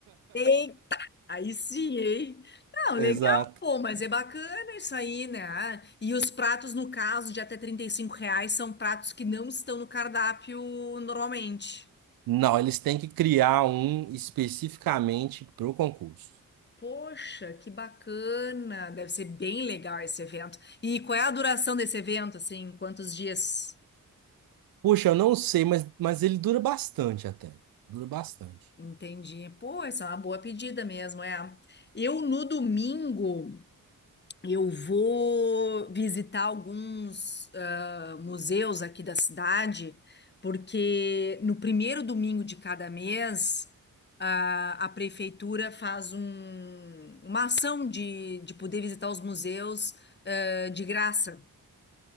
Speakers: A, on the left (about 30°); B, on the right (about 85°).
A: Tem Aí sim, hein? Não,
B: Exato.
A: legal, pô, mas é bacana isso aí, né? Ah, E os pratos, no caso, de até 35 reais, são pratos que não estão no cardápio normalmente.
B: Não, eles têm que criar um especificamente para o concurso.
A: Poxa, que bacana! Deve ser bem legal esse evento. E qual é a duração desse evento, assim? Quantos dias?
B: Puxa, eu não sei, mas, mas ele dura bastante até. Dura bastante.
A: Entendi. Pô, essa é uma boa pedida mesmo, é. Eu, no domingo, eu vou visitar alguns. museus aqui da cidade, porque no primeiro domingo de cada mês, a, a prefeitura faz um- uma ação de, de poder visitar os museus, eh, de graça.